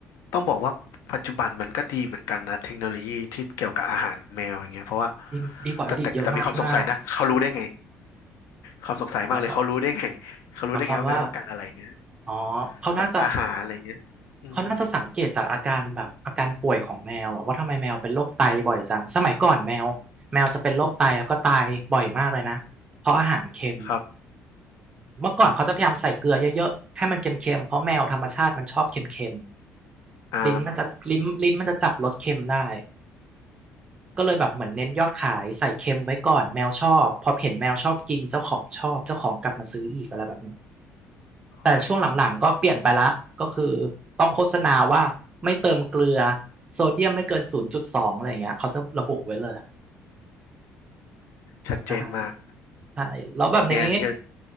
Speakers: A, on the left; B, on the right.
A: ต้องบอกว่าปัจจุบันมันก็ดีเหมือนกันนะเทคโนโลยีที่เกี่ยวกับอาหารแมวอย่างเงี้ยเพราะว่า
B: ดีดีกว่าอดีตเยอะมากมาก
A: แต่แต่แต่มีความสงสัยนะเขารู้ได้ไงความสงสัยมากเลยเขารู้ได้ไง
B: หมายความ
A: <laughs> เขารู้ได้ไงว่าแมวต้องการอะไรอย่างเงี้ย
B: หมายความว่าอ๋อเขาน่าจะ
A: แบบอาหารอะไรอย่างเงี้ยอืม
B: เขาน่าจะสังเกตจากอาการแบบอาการป่วยของแมวอะว่าทำไมแมวเป็นโรคไตบ่อยจังสมัยก่อนแมวแมวจะเป็นโรคไตแล้วก็ตายบ่อยมากเลยนะเพราะอาหารเค็ม
A: ครับ
B: เมื่อก่อนเขาจะพยายามใส่เกลือเยอะๆให้มันเค็มๆเพราะแมวธรรมชาติมันชอบเค็ม
A: อืม
B: ๆลิ้นมันจะลิ้นลิ้นมันจะจับรสเค็มได้
A: อ่า
B: ก็เลยแบบเหมือนเน้นยอดขายใส่เค็มไว้ก่อนแมวชอบพอเห็นแมวชอบกินเจ้าของชอบเจ้าของกลับมาซื้ออีกอะไรแบบเนี้ย
A: โอ้
B: แต่ช่วงหลังๆก็เปลี่ยนไปละก็คือต้องโฆษณาว่าไม่เติมเกลือโซเดียมไม่เกินศูนย์จุดสองอะไรอย่างเงี้ยเขาจะระบุไว้เลย
A: ชัดเจนมาก
B: ใช่ใช่แล้วแบบนี้
A: เนี่ยอันนี้ก็